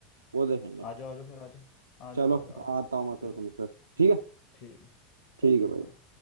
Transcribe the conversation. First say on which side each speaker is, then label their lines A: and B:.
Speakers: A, on the right (about 85°); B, on the left (about 55°).
A: वो देखेंगे
B: आ जाओ आ जाओ फिर आ जाओ आ
A: चलो
B: जाओ आ जाओ आ जाओ
A: आता हूँ मैं
B: चलो
A: फिर तुमसे ठीक है
B: ठीक है
A: ठीक
B: चलो ठीक
A: है भाई
B: है भाई